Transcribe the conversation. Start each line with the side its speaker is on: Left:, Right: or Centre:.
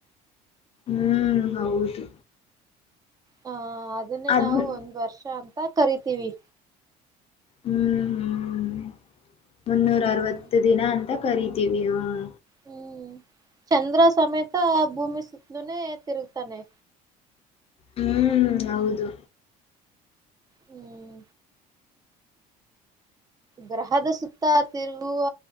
Left: ಹ್ಮ್ ಹೌದು.
Right: ಹಾ ಅದನ್ನೇ
Left: ಅದ್
Right: ನಾವು
Left: ಹ್ಮ್
Right: ಒಂದ ವರ್ಷ ಅಂತ ಕರಿತೀವಿ.
Left: ಹ್ಮ್ ಹ್ಮ್ ಮುನ್ನೂರ
Right: ಹ್ಮ್
Left: ಅರವತ್ತು ದಿನ ಅಂತ ಕರಿತೀವಿ ಹ್ಮ್.
Right: ಹ್ಮ್ ಚಂದ್ರ ಸಮೇತ ಭೂಮಿ ಸುತ್ತನೆ ತಿರುಗ್ತಾನೆ.
Left: ಹ್ಮ್ ಹೌದು.
Right: ಹ್ಮ್. ಗ್ರಹದ ಸುತ್ತ ತಿರುಗುವ